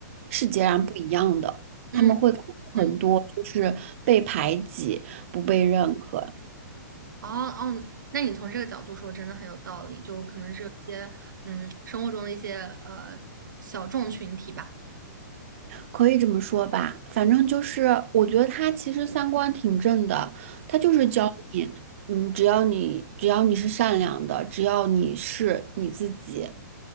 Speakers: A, on the right (about 40°); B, on the right (about 80°).
A: 是截然不一样的，
B: 嗯
A: 他们会感受很多就是被排挤、
B: 嗯，
A: 不被认可。
B: 哦哦，那你从这个角度说，真的很有道理，就可能是有一些嗯生活中的一些呃小众群体吧，
A: 可以这么说吧，反正就是我觉得他其实三观挺正的，他就是教你，嗯，只要你只要你是善良的，只要你是你自己，
B: 嗯，